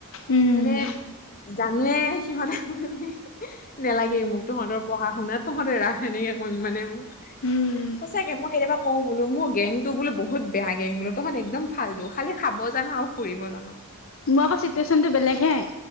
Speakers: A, on the left; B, on the left.
A: উম
B: মানে জানোৱে সিহঁত <unintelligible> নালাগেই মোক তহঁতৰ পঢ়া-শুনা তহঁতে ৰাস এনেকে কও মানে মই।
A: উম উম।
B: সঁচাকে মই কেতিয়াবা কওঁ বোলো মোৰ গেংটো বোলো বহুত বেয়া গেং বোলো তহঁত একদম ফাল্টো খালি খাব জান আৰু ফুৰিব জান।
A: মোৰ আকৌ চিটুৱেচনটো বেলেগ হে,